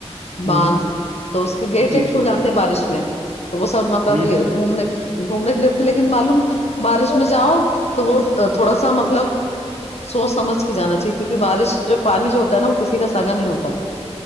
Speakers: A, on the left (about 70°); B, on the right (about 80°).
A: باندھ
B: ہوں
A: تو اس کے گیٹ ویٹ
B: جی
A: کھول
B: جی
A: جاتے ہیں بارش میں تو وہ سب مطلب
B: ہوں
A: یہ گھومنے گھومنے کے لیے تھے لیکن معلوم بارش میں جاؤ تو وہ تھوڑا سا مطلب سوچ سمجھ کے جانا چاہیے کیونکہ بارش جو پانی جو ہوتا ہے نہ وہ کسی کا ساگا نہیں ہوتا